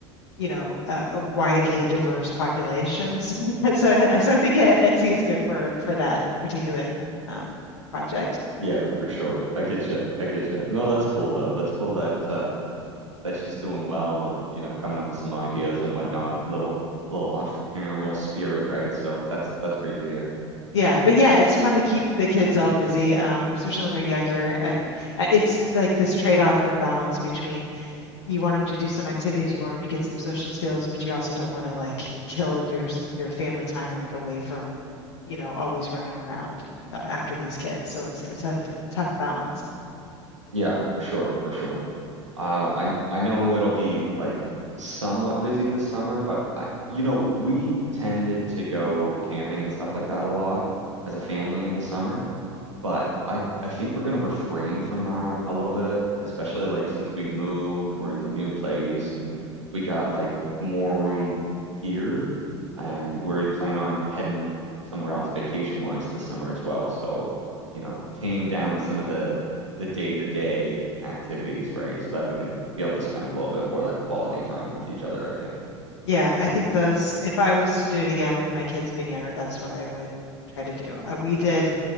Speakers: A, on the left; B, on the right.
A: you know a, a widely diverse population <laughs> so so, so I think Etsy is good for for that particular um project.
B: yeah, for sure. I get you. I get you. No, that's cool though. That's cool that uh, that she's doing well and you know coming up with some ideas and whatnot. Little little entrepreneurial spirit, right? So that's that's great to hear.
A: Yeah, but yeah, it's fun to keep the kids all busy, um, especially when they're younger. Uh, uh, it's like this trade-off of balance between you want them to do some activities, you want them to get some social skills, but you also don't want to like kill your s- your family time like away from, you know, always running around uh, after these kids. So it's a tough tough balance.
B: Yeah, for sure, for sure. Uh, I I know it'll be like somewhat busy this summer, but I you know, we tended to go camping and stuff like that a lot as a family in the summer. But I I think we're gonna refrain from that a little bit, especially like since we moved, we're in the new place and we got like more room here and where we plan on heading somewhere else vacation wise this summer as well. So, you know, tame down some of the the day-to-day activities, right? So that we can be able to spend a little bit more of that quality time with each other, I think.
A: Yeah, I think those if I was to do it again with my kids being younger, that's what I would try to do. Uh, we did